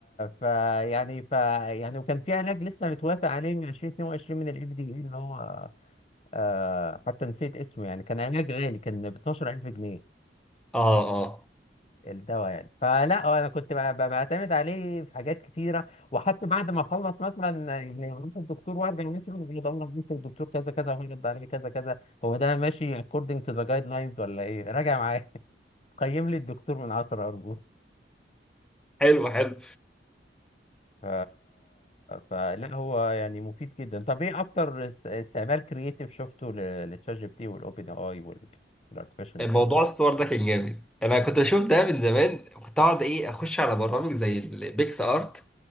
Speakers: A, on the left; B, in the centre.
A: ف يعني ف يعني وكان في علاج لسه متوافق عليه من 2022 من الاف دي اي اللي هو آه حتى نسيت اسمه يعني كان علاج غالي كان ب 12000 جنيه
B: اه اه اه
A: الدواء يعني فلا انا كنت ب- ب- بعتمد عليه في حاجات كتيره وحتى بعد ما اخلص مثلا يعني اروح الدكتور وارجع مثلا يدور على الدكتور كذا كذا هو رد عليه كذا كذا هو ده ماشي according to the guidelines ولا ايه راجع معايا <laughs> قيم لي الدكتور من 10 ارجوك
B: <laughs> حلو حلو
A: ف... فلا هو يعني مفيد جدا طب ايه اكتر است- استعمال كرييتيف شفته ل- لتشات جي بي تي والاوبن اي والارتفيشال انتليجنس
B: موضوع الصور ده كان جامد انا كنت اشوف ده من زمان كنت اقعد ايه اخش على برامج زي البيكس ارت